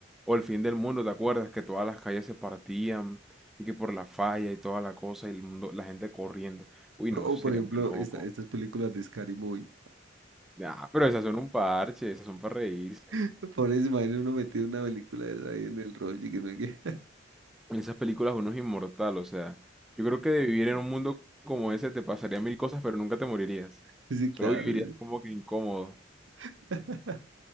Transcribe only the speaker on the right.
O,
por ejemplo,
esta- estas películas de Scary Movie.
<laughs> Por eso, imagino uno metido una película de esa ahí en el rollo y que no hay que...
<laughs> Sí, claro.
Sí, <laughs>